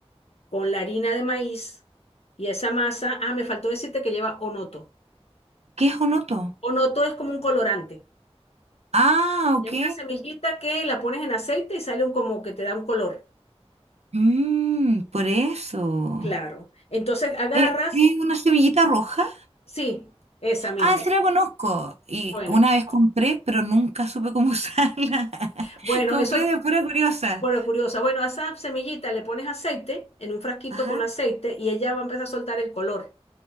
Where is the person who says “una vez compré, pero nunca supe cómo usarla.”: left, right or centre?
Right